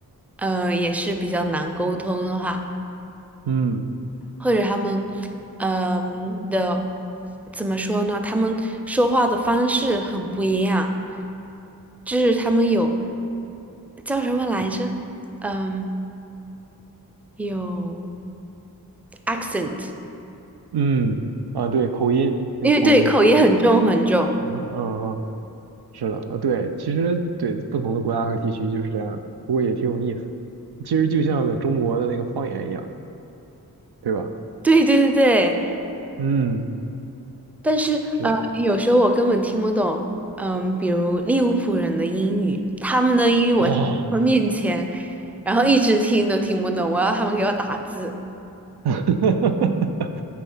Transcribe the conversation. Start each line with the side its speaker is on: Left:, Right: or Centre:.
Centre: 呃也是比较难沟通的话。
Right: 嗯
Centre: 或者他们，嗯、的怎么说呢？他们说话的方式很不一样，就是他们有叫什么来着？嗯，有 accent，
Right: 嗯啊，对，口音有口音，
Centre: 因为对口音很重很重。
Right: 是的，嗯，嗯，是的，呃，对，其实对不同的国家和地区就是这样，不过也挺有意思。其实就像在中国的那个方言一样，对吧？
Centre: 对对对对，
Right: 嗯，
Centre: 但是呃，
Right: 是的，
Centre: 有时候我根本听不懂。嗯，比如利物浦人的英语，他们的英语我在他们面前，
Right: 哦，
Centre: 然后一直听都听不懂，我要他们给我打字。
Right: <laughs> 哈哈哈！哈，